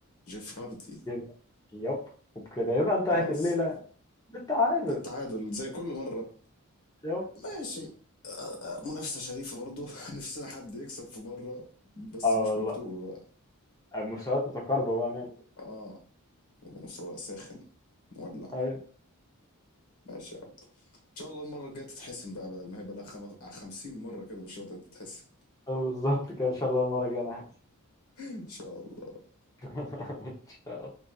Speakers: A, on the left (about 80°); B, on the left (about 15°).
A: جيف هاردي
B: كده يب وبكده يبقى انتهت
A: خلاص
B: الليلة بالتعادل
A: بالتعادل زي كل مره
B: يب
A: ماشي منافسه شريفه برضو <laughs> نفسنا حد يكسب في مره بس
B: اه
A: مش
B: والله
A: مكتوبه بقى
B: المستويات متقاربة بقى نعمل
A: اه مستوى ساخن مولع
B: إيه؟ ايوه
A: ماشي يا عم ان شاء الله المره الجايه تتحسن بقى بدل ما هي بقى لها خم... 50 مره كده مش راضيه تتحسن
B: <laughs> آه بالظبط كده ان شاء الله المرة الجاية انا هكسب
A: <laughs> ان شاء الله
B: <laughs> ان شاء